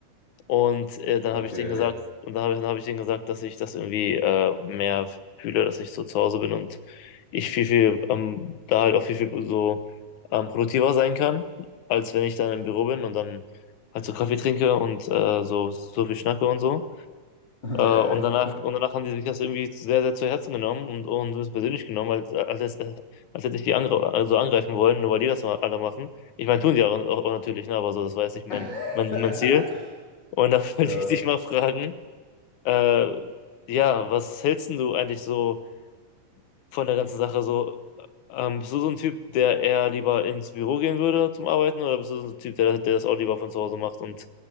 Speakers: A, on the left; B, on the left.
A: und äh, dann
B: Okay.
A: habe ich denen gesagt, und dann habe dann hab ich denen gesagt, dass ich das irgendwie äh, mehr fühle, dass ich so zu Hause bin und ich viel, viel, ähm, da halt auch viel, viel so ähm, produktiver sein kann, als wenn ich dann im Büro bin und dann halt so Kaffee trinke und äh, so, so viel schnacke und so.
B: <laughs>
A: Äh, und
B: Ja.
A: danach, und danach haben die sich das irgendwie sehr, sehr zu Herzen genommen und, und es persönlich genommen, als, als, als hätte ich die angre also angreifen wollen, nur weil die das mal alle machen. Ich meine, tun die auch, auch, auch natürlich, ne, aber so, das war jetzt nicht mein,
B: <laughs>
A: mein, mein Ziel. Und da <laughs> wollte
B: Ja.
A: ich dich mal fragen, äh, ja, was hältst denn du eigentlich so von der ganzen Sache? So, ähm, bist du so ein Typ, der eher lieber ins Büro gehen würde zum Arbeiten, oder bist du so ein Typ, der, der das auch lieber von zu Hause macht und